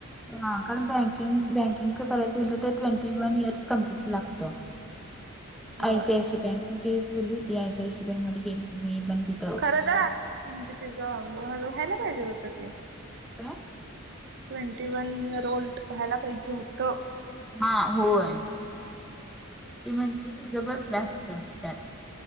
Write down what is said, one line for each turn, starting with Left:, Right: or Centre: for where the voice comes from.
Centre: हा, कारण बँकिंग, बँकिंगचं करायचं मनलं तर, ट्वेंटी वन इयर्स कमप्लीट लागतं.
Right: होय
Centre: आय सि आय सी बँक होती. बोलली ती, आय सी आय सी बँकमध्ये गेलती मी तिथं.
Right: <unintelligible> म्हणजे तिचं घ व्हायला पाहिजे होतं ती.
Centre: क
Right: ट्वेंटी वन इयर ओल्ड व्हायला पाहिजे होतं
Centre: हा होय ती म्हटली तुझं बसलं असत त्यात